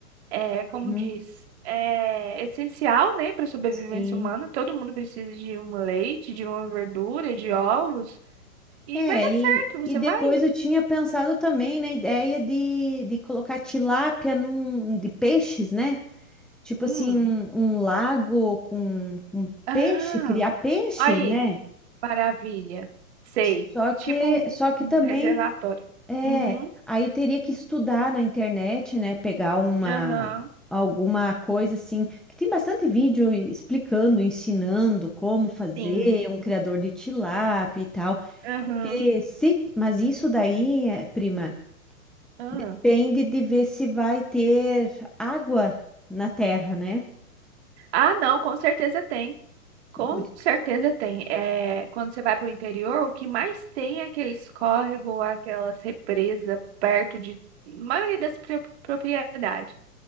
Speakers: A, on the right (about 45°); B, in the centre.
A: é, como
B: Uhum,
A: diz, é essencial, né, para a sobrevivência
B: sim.
A: humana. Todo mundo precisa de um leite, de uma verdura, de ovos. E
B: É,
A: vai dar
B: e,
A: certo, você
B: e depois
A: vai.
B: eu tinha pensado também na ideia de, de colocar tilápia num, de peixes, né? Tipo
A: Hum.
B: assim, um, um lago com, com
A: Ah,
B: peixe, criar peixe,
A: aí,
B: né?
A: maravilha. Sei.
B: Só que,
A: Tipo um
B: só que
A: um
B: também.
A: reservatório.
B: É,
A: Uhum.
B: aí teria que estudar na internet, né? Pegar uma
A: Aham.
B: alguma coisa assim, que tem bastante vídeo explicando, ensinando como fazer
A: Sim.
B: um criador de tilápia e tal.
A: Aham.
B: Porque se, mas isso daí, eh, prima,
A: ah
B: depende de ver se vai ter água na terra, né?
A: Ah, não, com certeza tem. Com
B: Por-
A: certeza tem. É, quando você vai para o interior, o que mais tem é aqueles córregos, aquelas represas perto de maioria das pro- propriedades.